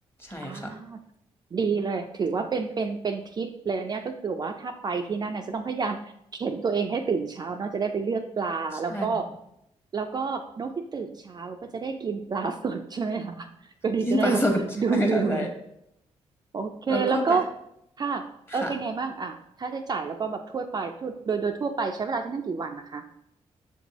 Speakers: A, on the left; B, on the right.
A: ใช่ค่ะ
B: อ่าดีเลยถือว่าเป็นเป็นเป็นทิปเลยเนี่ยก็คือว่าถ้าไปที่นั่นนะจะต้องพยายามเข็นตัวเองให้ตื่นเช้าเนาะจะได้ไปเลือกปลาแล้วก็
A: ใช่ค่ะ
B: แล้วก็นกที่ตื่นเช้าก็จะได้กินปลาสดใช่ไหมคะก็ดีจะได้แบบดูวิว
A: กินปลาสด <laughs> ใช่ค่ะใช่
B: โอเคแล้วก็
A: แล้วก็แบบ
B: ค่ะเออเป็นไงบ้างอ่ะค่าใช้จ่ายแล้วก็แบบทั่วไปทั่วโดยโดยทั่วไปใช้เวลาที่นั่นกี่วันนะคะ
A: ค่ะ